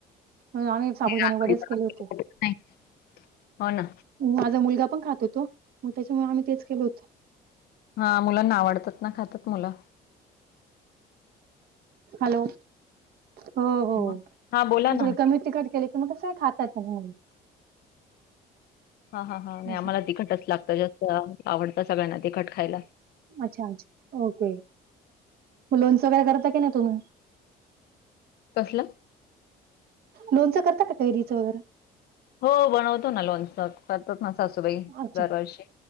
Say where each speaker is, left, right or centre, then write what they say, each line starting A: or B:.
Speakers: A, on the right; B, on the left.
A: म्हणून आम्ही साबुदाने
B: हे रात्रीचं
A: वडेच केले होते.
B: नाही. हो ना.
A: माझा मुलगा पण खात तो. मग त्याच्यामुळे आम्ही तेच केल होतं.
B: हा मुलांना आवडतात ना खातात मुलं.
A: हॅलो. हो हो
B: मग हां, बोला
A: थोडी
B: ना.
A: कमी तिखट केले, की मग कसं खातात मगं.
B: हा हा हा नाही
A: असं
B: आम्हाला तिखटच लागतं. जास्त आवडतं सगळ्यांना तिखट खायला.
A: अच्छा अच्छा ओके. लोणचं वगैरे करता कणी तुम्ही.
B: कसलं.
A: लोणचं करता कैरीचं वगैरे.
B: हो बनवतो ना लोणचं करतात. ना सासूबाई
A: अच्छा
B: दरवर्षी.